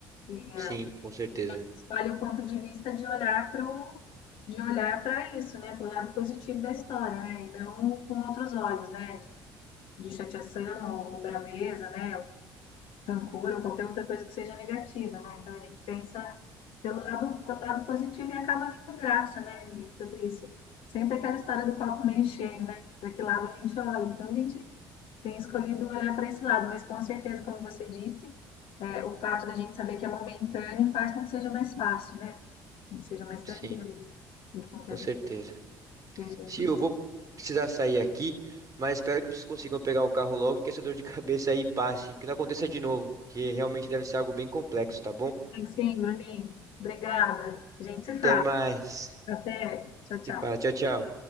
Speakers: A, on the left (about 60°); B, on the right (about 35°).
A: E é,
B: Sim, com certeza.
A: escolhe o ponto de vista de olhar para de olhar para isso, né, para o lado positivo da história, né, e não com outros olhos, né, de de chateação, ou braveza, né, rancor, ou qualquer outra coisa que seja negativa, né? Então a gente pensa pelo lado, pelo lado positivo e acaba vendo graça, né, e tudo isso. Sempre aquela história do copo meio cheio, né? Para que lado a gente olha. Então a gente tem escolhido olhar para esse lado, mas com certeza, como você disse, é, o fato da gente saber que é momentâneo faz com que seja mais fácil, né? Com que seja mais tranquilo
B: Sim,
A: e com
B: com
A: que a gente
B: certeza.
A: veja
B: Sim,
A: isso.
B: eu vou precisar sair aqui, mas espero que vocês consigam pegar o carro logo e que essa dor de <laughs> cabeça aí passe, que não aconteça de novo, que realmente deve ser algo bem complexo, tá bom?
A: Sim, Bruninho, obrigada. A gente se
B: Até
A: fala.
B: mais.
A: Até. Tchau, tchau.
B: Se fala, tchau, tchau.